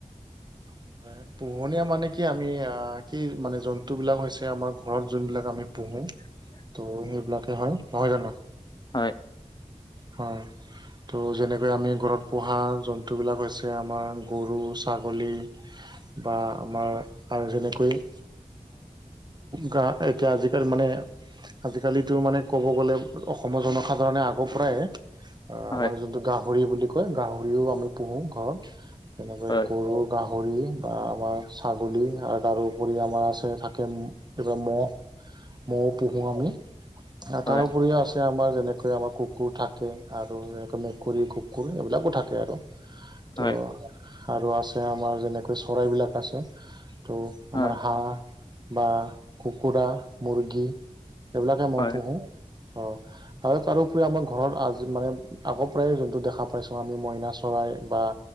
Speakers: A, on the right; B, on the left.
A: <unintelligible> পোহনীয়া মানে কি আমি কি মানে, জন্তুবিলাক হৈছে আমাৰ ঘৰত যোনবিলাক আমি পোহোঁ।
B: <inaudible>
A: ত' সেইবিলাকে হয়, নহয় জানো?
B: হয়।
A: হয়। তো, যেনেকৈ আমি ঘৰত পোহা জন্তুবিলাক হৈছে, আমাৰ গৰু, ছাগলী বা আমাৰ, আৰু যেনেকৈ গা এতিয়া, আজিকালি মানে আজিকালিটো মানে ক'ব গ'লে, অসমৰ জনসাধাৰণে আগ আমাৰ
B: হয়
A: যোনটো গাহৰি বুলি কয়, গাহৰিও আমি পোহোঁ ঘৰত। তেনেকে
B: হয়
A: গৰু গাহৰি, বা আমাৰ ছাগলী, আৰু তাৰ উপৰি আমাৰ আছে, থাকে মহ মহ পোহোঁ আমি,
B: হয়
A: তাৰোপৰিও আছে আমাৰ যেনেকৈ, আমাৰ কুকুৰ কুকুৰ থাকে, আৰু এনেকৈ মেকুৰী কুকুৰ এইবিলাকো থাকে আৰু, তো
B: হয় হয়
A: আৰু আছে, আমাৰ যেনেকৈ চৰাইবিলাক আছে, ত'
B: হয়
A: আমাৰ হাঁহ বা, কুকুৰা, মুৰ্গী, এইবিলাকে মই
B: হয়
A: পোহোঁ। অ', তাৰ তাৰোপৰি আমাৰ ঘৰত আজি মানে, আগৰ পৰাই যোনটো দেখা পাইছোঁ আমি, মইনা চৰাই, বা